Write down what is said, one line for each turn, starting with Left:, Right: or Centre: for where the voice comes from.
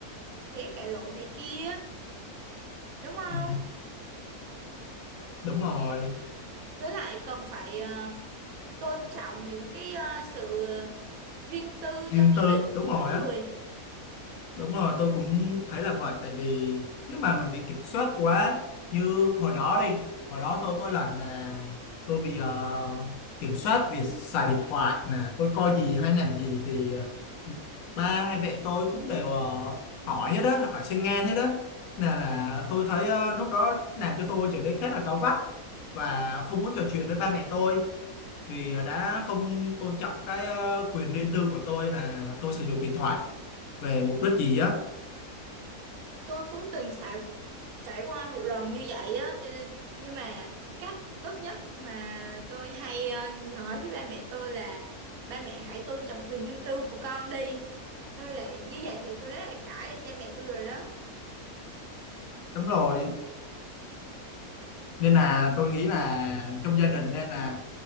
Right: sẽ cãi lộn này kia đúng không
Left: Ừ, đúng rồi
Right: với lại cần phải ờ, tôn trọng những cái ờ, sự riêng tư
Left: riêng
Right: trong gia
Left: tư
Right: đình
Left: đúng
Right: của mỗi
Left: rồi
Right: người
Left: á Đúng rồi, tôi cũng thấy là vậy tại vì nếu mà mình bị kiểm soát quá như hồi đó đi, hồi đó tôi có lần là tôi bị ờ, kiểm soát việc xài điện thoại nè, tôi coi gì hay làm gì thì ờ, ba hay mẹ tôi cũng đều ờ, hỏi hết đó, hỏi xuyên ngang hết đó. Là là tôi thấy ờ, lúc đó làm cho tôi trở nên khá là cáu gắt và không muốn trò chuyện với ba mẹ tôi vì đã không tôn trọng cái ờ, quyền riêng tư của tôi là tôi sử dụng điện thoại về mục đích gì á
Right: tôi cũng từng trải trải qua một lần như vậy á cho nên nhưng mà cách tốt nhất mà tôi hay ờ, nói với ba mẹ tôi là ba mẹ hãy tôn trọng quyền riêng tư của con đi tôi lại như vậy thì tôi đã là cãi cha mẹ tôi rồi đó
Left: đúng rồi nên là tôi nghĩ là trong gia đình nên là